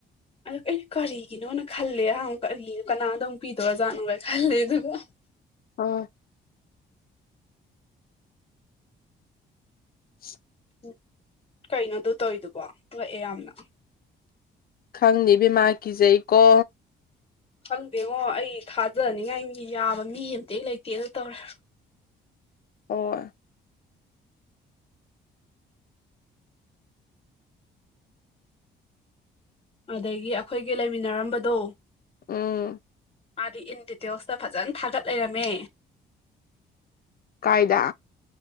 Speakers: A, on the left (about 30°); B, on the left (about 50°).
A: ꯑ ꯑꯩꯅ ꯀꯔꯤꯒꯤꯅꯣꯅ ꯈꯜꯂꯦ ꯑꯍꯨ ꯀꯔꯤꯒꯤꯅꯣ ꯀꯅꯥꯗꯧꯨꯛ ꯄꯤꯗꯧꯔꯖꯥꯠꯅꯣꯒꯥꯏ ꯈꯜꯂꯦ ꯑꯗꯨꯒ
B: ꯑꯥ <unintelligible>
A: ꯎ ꯀꯩꯅꯣꯗ ꯇꯧꯋꯔꯤꯗꯨꯕꯣ ꯂꯣꯏꯑꯦ ꯌꯥꯝꯅ
B: ꯈꯪꯅꯤ ꯕꯃꯥ ꯀꯤꯖꯩꯀꯣ
A: ꯈꯪꯗꯦꯉꯣ ꯑꯩ ꯊꯥꯖꯅꯤꯡꯉꯥꯏ ꯌꯥꯕ ꯃꯤ ꯑꯃꯇ ꯂꯩꯇꯦꯅ ꯇꯧꯔꯦ
B: ꯑꯣ
A: ꯑꯗꯒꯤ ꯑꯩꯈꯣꯏꯒꯤ ꯂꯩꯃꯤꯟꯅꯔꯝꯕꯗꯣ
B: ꯑꯥ
A: ꯃꯥꯗꯤ ꯏꯟ ꯗꯤꯇꯦꯜꯁꯇ ꯐꯖꯅ ꯊꯥꯒꯠ ꯂꯩꯔꯝꯃꯦ
B: ꯀꯥꯏꯗꯥ